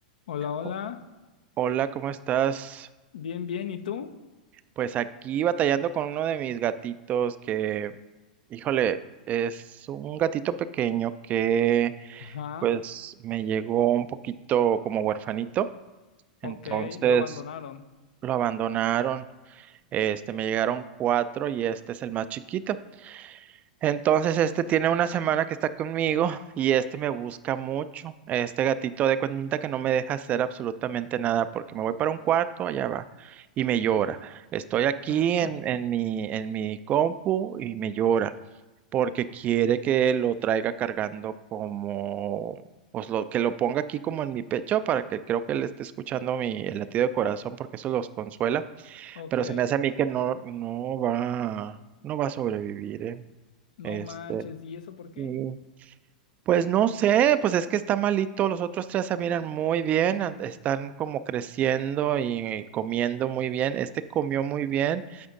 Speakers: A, on the left; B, on the right.
A: Hola, hola.
B: O- Hola, ¿cómo estás?
A: Bien, bien. ¿Y tú?
B: Pues aquí batallando con uno de mis gatitos que, híjole, es un gatito pequeño que
A: Ajá.
B: pues me llegó un poquito como huerfanito, entonces
A: Ok, lo abandonaron.
B: lo abandonaron. Este, me llegaron cuatro y este es el más chiquito. Entonces, este tiene una semana que está conmigo y este me busca mucho. Este gatito de cuenta que no me deja hacer absolutamente nada porque me voy para un cuarto, allá va y me llora. Estoy aquí
A: <laughs>
B: en, en mi, en mi compu y me llora porque quiere que lo traiga cargando como, pues lo, que lo ponga aquí como en mi pecho para que creo que le esté escuchando mi, el latido de corazón porque eso los consuela.
A: Ok.
B: Pero se me hace a mí que no, no va, no va a sobrevivir, ¿eh?
A: No
B: Este,
A: manches. ¿Y eso por qué?
B: Sí. Pues no sé, pues es que está malito, los otros tres se miran muy bien, an- están como creciendo y comiendo muy bien, este comió muy bien,